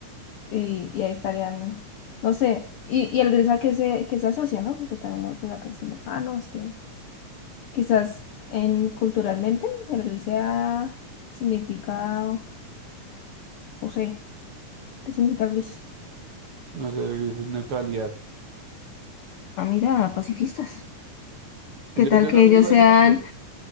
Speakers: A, on the left (about 80°); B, on the right (about 50°).
A: y, y ahí estarían, no sé, y, y el gris a que se, que se asocia, ¿no? Porque también nosotros acá diciendo, ah, no, es que quizás en culturalmente el gris sea, significa, no sé, ¿qué significa gris?
B: No sé, grises neutralidad.
A: Ah, mira, pacifistas.
B: Pues
A: ¿Qué tal
B: Yo, yo
A: que
B: también
A: ellos
B: digo
A: sean,
B: eso porque,